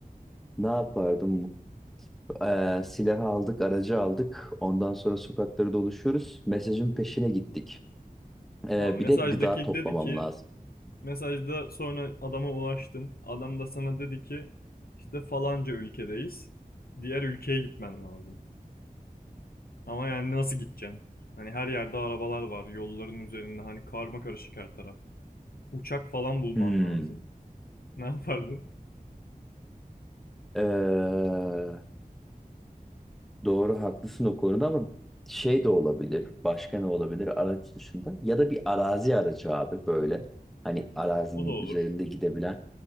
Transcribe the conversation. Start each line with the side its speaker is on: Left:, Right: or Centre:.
Centre: Ne yapardım? Ee, silahı aldık, aracı aldık. Ondan sonra sokakları doluşuyoruz. Mesajın peşine gittik. Ee,
Left: Tamam
Centre: bir
Left: mesajdaki
Centre: de gıda toplamam
Left: dedi ki
Centre: lazım.
Left: mesajda sonra adama ulaştın. Adam da sana dedi ki işte falanca ülkedeyiz. Diğer ülkeye gitmen lazım. Ama yani nasıl gideceksin? Hani her yerde arabalar var, yolların üzerinde hani karma karışık her taraf. Uçak falan bulman
Centre: Hmm.
Left: lazım. <laughs> Ne yapardın?
Centre: Ee, Doğru haklısın o konuda ama şey de olabilir. Başka ne olabilir araç dışında? Ya da bir arazi aracı abi böyle. Hani arazinin
Left: O da olur.
Centre: üzerinde gidebilen.